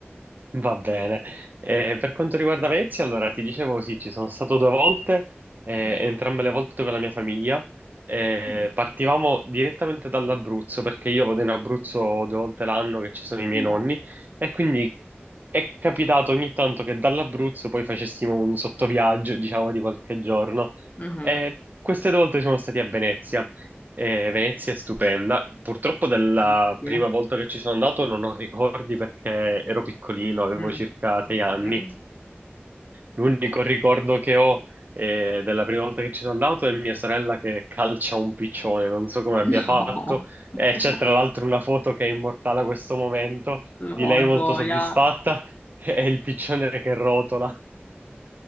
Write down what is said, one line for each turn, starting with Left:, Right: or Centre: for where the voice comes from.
Right: Va bene. Eh, per quanto riguarda Venezia, allora ti dicevo sì, ci sono stato due volte, eh,
Left: Mhm.
Right: entrambe le volte con la mia famiglia. Eh,
Left: Mm.
Right: partivamo direttamente dall'Abruzzo perché io vado in Abruzzo due volte l'anno che ci sono i miei
Left: No.
Right: nonni e quindi è capitato ogni tanto che dall'Abruzzo poi facessimo un sottoviaggio, diciamo, di qualche giorno.
Left: Mhm.
Right: Eh, queste due volte siamo stati a Venezia. Eh, Venezia è stupenda. Purtroppo dalla
Left: Oddio.
Right: prima volta che ci sono andato non ho ricordi perché ero piccolino, avevo
Left: Mm.
Right: circa sei anni.
Left: Ok.
Right: L'unico ricordo che ho eh, della prima volta che ci sono andato è mia sorella che calcia un piccione, non so come
Left: No.
Right: abbia fatto.
Left: <laughs>
Right: E c'è tra l'altro una foto che è immortale a questo momento
Left: No,
Right: di lei molto
Left: gioia.
Right: soddisfatta <laughs> e il piccione che rotola.